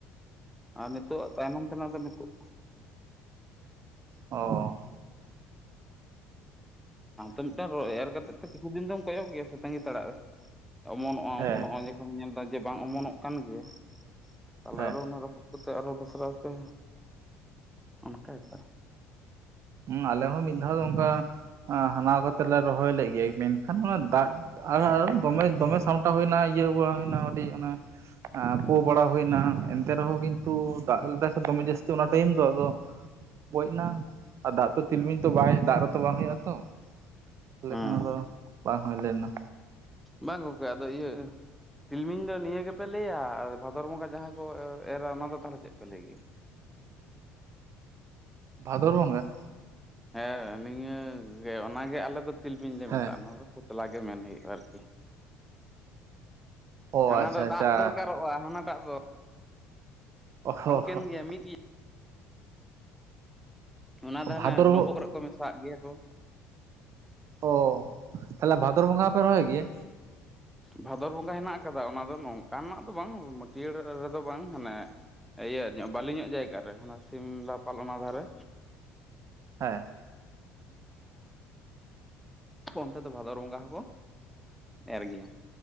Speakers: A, in the centre; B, on the right.
A: ᱟᱨ ᱱᱤᱛᱳᱜ ᱛᱟᱭᱱᱚᱢ ᱛᱮᱱᱟᱜ ᱫᱚ ᱱᱤᱛᱳᱜ
B: ᱚ
A: ᱟᱢ ᱛᱚ ᱢᱤᱫᱴᱟᱝ ᱮᱨ ᱠᱟᱛᱮ ᱫᱚ ᱠᱤᱪᱷᱩ ᱫᱤᱱ ᱫᱚᱢ ᱠᱚᱭᱚᱜ ᱜᱮᱭᱟ ᱥᱮ ᱛᱟᱸᱜᱤ ᱛᱟᱲᱟᱜ ᱨᱮ ᱚᱢᱚᱱᱚᱜᱼᱟ
B: ᱦᱮᱸ
A: ᱚᱢᱚᱱᱚᱜᱼᱟ ᱡᱚᱠᱷᱚᱱ ᱧᱮᱞᱫᱟ ᱡᱮ ᱵᱟᱝ ᱚᱢᱚᱱᱚᱜ ᱠᱟᱱ ᱜᱮᱭᱟ ᱛᱟᱦᱚᱞᱮ
B: ᱦᱮᱸ
A: ᱟᱫᱚ ᱚᱱᱟ ᱫᱚ ᱩᱵ ᱠᱟᱛᱮ ᱟᱨᱚᱦᱚᱸ ᱫᱚᱥᱨᱟ ᱛᱮ ᱚᱱᱠᱟ ᱵᱮᱯᱟᱨ
B: ᱩᱸ ᱟᱞᱮᱦᱚᱸ ᱢᱤᱫ ᱫᱷᱟᱣ ᱫᱚ ᱚᱱᱠᱟ ᱦᱟᱱᱟ ᱠᱟᱛᱮᱞᱮ ᱨᱚᱦᱚᱭ ᱞᱮ ᱜᱮ ᱢᱮᱱᱠᱷᱟᱱ ᱚᱱᱟ ᱫᱟᱜ ᱟᱨ ᱫᱚᱢᱮ ᱫᱚᱢᱮ ᱥᱟᱢᱴᱟᱣ ᱦᱩᱭᱱᱟ ᱤᱭᱟᱹ ᱵᱟᱲᱟ ᱦᱩᱭᱱᱟ ᱟᱹᱰᱤ ᱚᱱᱮ ᱯᱳ ᱵᱟᱲᱟ ᱦᱩᱭᱱᱟ ᱮᱱᱛᱮ ᱨᱮᱦᱚᱸ ᱠᱤᱱᱛᱩ ᱫᱟᱜ ᱞᱮᱫᱟᱭ ᱥᱮ ᱫᱚᱢᱮ ᱡᱟᱹᱥᱛᱤ ᱚᱱᱟ ᱴᱟᱭᱤᱢ ᱫᱚ ᱟᱫᱚ ᱜᱚᱡ ᱮᱱᱟ᱾ ᱟᱨ ᱫᱟᱜ ᱛᱚ ᱛᱤᱞᱢᱤᱧ ᱛᱚ ᱵᱟᱭ ᱫᱟᱜ ᱨᱮᱛᱚ ᱵᱟᱝ ᱦᱩᱭᱩᱜ-ᱟ ᱛᱚ ᱛᱟᱦᱚᱞᱮ
A: ᱦᱮᱸ
B: ᱠᱷᱟᱱ ᱟᱫᱚ ᱵᱟᱝ ᱦᱩᱭ ᱞᱮ ᱞᱮᱱᱟ
A: ᱵᱟᱝ ᱜᱚᱝᱠᱮ ᱟᱫᱚ ᱤᱭᱟᱹ ᱛᱤᱞᱢᱤᱧ ᱫᱚ ᱱᱤᱭᱟᱹ ᱜᱮᱯᱮ ᱞᱟᱹᱭᱟ ᱵᱷᱟᱫᱚᱨ ᱵᱚᱸᱜᱟ ᱡᱟᱦᱟᱸ ᱠᱚ ᱮᱨ ᱮᱨᱟ ᱚᱱᱟ ᱫᱚ ᱛᱟᱦᱚᱞᱮ ᱪᱮᱫ ᱯᱮ ᱞᱟᱹᱭ ᱜᱮᱭᱟ?
B: ᱵᱷᱟᱫᱚᱨ ᱵᱚᱸᱜᱟ
A: ᱦᱮᱸ ᱱᱤᱭᱟᱹ ᱜᱮ ᱚᱱᱟᱜᱮ ᱟᱞᱮ ᱫᱚ ᱛᱤᱞᱢᱤᱧ ᱞᱮ
B: ᱦᱮᱸ
A: ᱢᱮᱛᱟᱜᱼᱟ᱾ ᱱᱚᱣᱟ ᱫᱚ ᱠᱷᱚᱥᱞᱟ ᱜᱮ ᱢᱮᱱ ᱦᱩᱭᱩᱜᱼᱟ ᱟᱨᱠᱤ
B: ᱚ
A: ᱦᱟᱱᱟ
B: ᱟᱪᱪᱷᱟ
A: ᱫᱚ
B: ᱟᱪᱪᱷᱟ
A: ᱫᱟᱜ ᱫᱚᱨᱠᱟᱨᱚᱜᱼᱟ ᱦᱟᱱᱟᱴᱟᱜ ᱫᱚ
B: ᱚ
A: ᱚᱱᱠᱮᱱ ᱜᱮᱭᱟ ᱢᱤᱫ ᱜᱮ ᱚᱱᱟ ᱫᱚ ᱦᱟᱱᱟ
B: ᱵᱷᱟᱫᱚᱨ
A: ᱰᱳᱢᱵᱩᱜ ᱠᱚᱨᱮᱜ ᱠᱚ ᱢᱮᱥᱟᱣᱟᱜ ᱜᱮᱭᱟ ᱠᱚ
B: ᱚ ᱛᱟᱦᱚᱞᱮ ᱵᱷᱟᱫᱚᱨ ᱵᱚᱸᱜᱟ ᱦᱚᱸᱯᱮ ᱨᱚᱦᱚᱭ ᱜᱮᱭᱟ?
A: ᱵᱷᱟᱫᱚᱨ ᱵᱚᱸᱜᱟ ᱦᱮᱱᱟᱜ ᱟᱠᱟᱫᱟ ᱚᱱᱟ ᱫᱚ ᱱᱚᱝᱠᱟᱱᱟᱜ ᱫᱚ ᱵᱟᱝ ᱢᱟᱹᱴᱭᱟᱹᱲ ᱨᱮ ᱫᱚ ᱵᱟᱝ ᱦᱟᱱᱮ ᱤᱭᱟᱹ ᱧᱚᱜ ᱵᱟᱹᱞᱤ ᱧᱚᱜ ᱡᱟᱭᱜᱟ ᱨᱮ ᱦᱟᱱᱟ ᱥᱤᱢᱞᱟᱯᱟᱞ ᱚᱱᱟ ᱫᱷᱟᱨᱮ
B: ᱦᱮᱸ
A: ᱚᱱᱛᱮ ᱫᱚ ᱵᱷᱟᱫᱚᱨ ᱵᱚᱸᱜᱟ ᱦᱚᱸ ᱠᱚ ᱮᱨ ᱜᱮᱭᱟ᱾